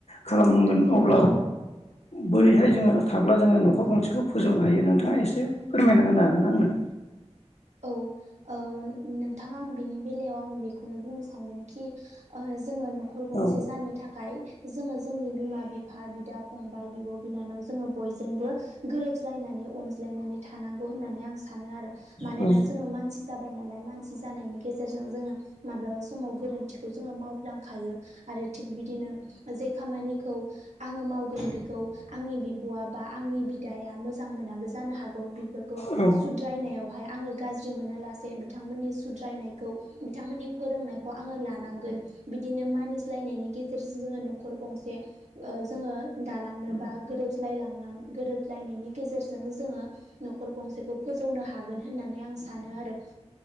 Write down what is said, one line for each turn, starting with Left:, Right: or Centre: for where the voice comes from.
Left: खालामनांगोन अब्ला बोरैहाय जोङो थाब्ला जोङो न'खर गंसेखौ फोजौनो हायो नोंथाङा एसे एसे फोरमायना होनो हागोना आंनो
Right: औ ओ नोंथाङा आं बिनि बेलायाव आं बेखौनो बुंनो सानगोन खि जोङो न'खर गंसे
Left: औ
Right: जानो थाखाय जोङो जोंनि बिमा बिफा बिदा फंबाय बिब' बिनानाव जोङो बयजोंबो गोरोबज्लायनानै अनज् अनज्लायनानै थानांगौ होननानै आं सानो आरो। अनलायना
Left: औ
Right: जोङो मानसि जाबाय नालाय मानसि जानायनि गेजेरजों जोङो माब्लाबा समाव गोरोन्थिखौ जोङो मावफ्लांखायो आरो थिग बिदिनो जे खामानिखौ आङो मावगोन बिखौ आंनि बिब'आ बा आंनि बि बिदाया मोजां मोनाबो जानो हागौ बिफोरखौ
Left: औ
Right: सुद्रायनायावहाय आङो गाज्रि मोनालासे बिथांमोननि सुद्रायनायखौ बिथांमोननि फोरोंनायखौ आङो लानांगोन बिदिन नो मानिज्लायनायनि गेजेरजों जोङो न'खर गंसे ओ जोङो दालांनो बा गोरोबज्लाय लांना गोरोब लायनायनि गेजेरजों जोङो न'खर गंसेखौ फोजौनो हागोन होननानै आं सा सानो आरो